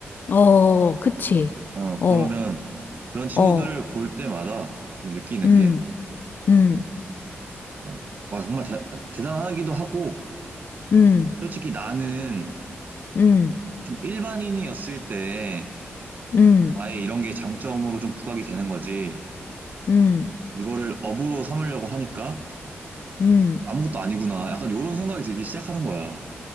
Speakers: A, on the left; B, on the right.
A: 어, 그치.
B: 어,
A: 어,
B: 그러면 그런 친구들을
A: 어,
B: 볼 때마다 좀 느끼는
A: 음,
B: 게,
A: 음,
B: 어, 와, 정말 대, 대단하기도 하고,
A: 음,
B: 솔직히 나는
A: 음,
B: 좀 일반인이었을 때
A: 음,
B: 나의 이런 게 장점으로 좀 부각이 되는 거지.
A: 음,
B: 이거를 업으로 삼으려고 하니까
A: 음.
B: 아무것도 아니구나. 약간 요런 생각이 들기 시작하는 거야.